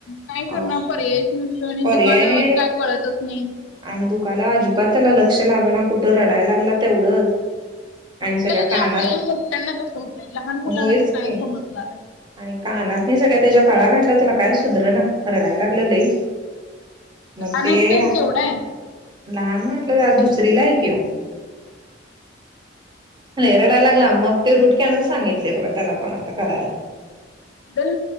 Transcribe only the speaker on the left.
काय करणार
पर्यायच नसतो आणि
दुकाालावर
काय कळतच नाही
आपल्याला
ते आपल्या हे मोठ्यांना कसं होतंय लहान मुलांना
तर
काय समजणार आहे
आणि टाइम केवढा आहे.
दल